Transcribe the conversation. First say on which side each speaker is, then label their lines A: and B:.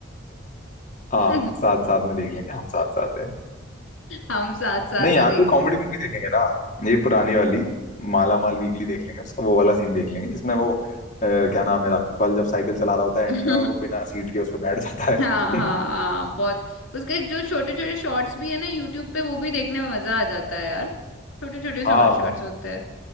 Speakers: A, on the left; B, on the left.
A: हाँ
B: <laughs>
A: साथ साथ में देख लेंगे हम साथ साथ है
B: हम साथ साथ
A: नहीं यार
B: ही देख
A: कोई कॉमेडी
B: लेंगे
A: मूवी
B: <laughs>
A: देखेंगे ना ये पुरानी वाली माला माल वीकली देख लेंगे उसका वो वाला सीन देख लेंगे जिसमें वो अ, क्या नाम है राजपाल जब साइकिल चला रहा होता है
B: हम्म
A: एंड में और वो बिना सीट के उस पर बैठ जाता है
B: हाँ हाँ हाँ बहुत उसके जो छोटे छोटे शॉर्ट्स भी है ना यूट्यूब पे वो भी देखने में मजा आ जाता है यार छोटे
A: <laughs>
B: छोटे
A: हाँ
B: शॉर्ट्स
A: हाँ
B: होते हैं